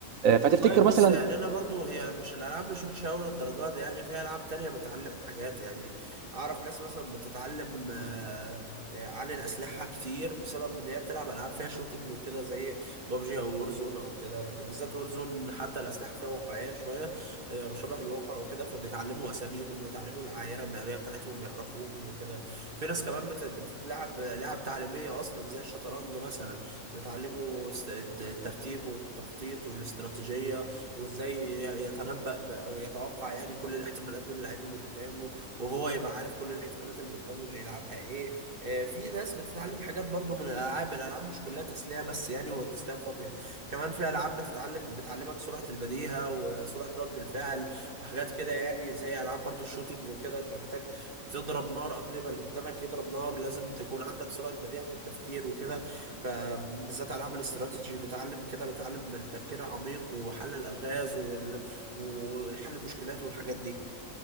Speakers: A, on the right; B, on the right.
A: آه، فتفتكر
B: والله بص
A: مثلا
B: يعني انا برضو هي مش الالعاب مش وحشه قوي للدرجه دي يعني في العاب تانية بتعلم حاجات يعني اعرف ناس مثلا بتتعلم آه، آه، عن الاسلحه كتير بسبب ان هي بتلعب العاب فيها شوتينج وكده زي بابجي او وورزون او كده يعني بالذات وورزون حتى الاسلحه فيها واقعيه شويه آه، وشبه الواقع وكده فبيتعلموا اساميهم ويتعلموا العايره الناريه بتاعتهم يعرفوهم وكده في ناس كمان بت- بتتلعب لعب تعليميه اصلا زي الشطرنج مثلا بتعلمه است- الت- الترتيب والتخطيط والاستراتيجية وازاي يتنبأ ب- او يتوقع يعني كل الاحتمالات من اللعيب اللي قدامه وهو يبقى عارف كل الاحتمالات اللي قدامه اللي يلعبها ايه آه، في ناس بتتعلم حاجات برضو من الالعاب الالعاب مش كلها تسلية بس يعني وتسلية فاضية كمان في العاب بتتعلم بتعلمك سرعة البديهة وسرعة رد الفعل وحاجات كده يعني زي العاب برضو الشوتينج وكده انت محتاج تضرب نار قبل ما اللي قدامك يضرب نار لازم تكون عندك سرعة بديهة في التفكير وكده فبالذات العاب الاستراتيجي بتعلم كده بتعلم التفكير العميق وحل الالغاز وال... والحل المشكلات والحاجات دي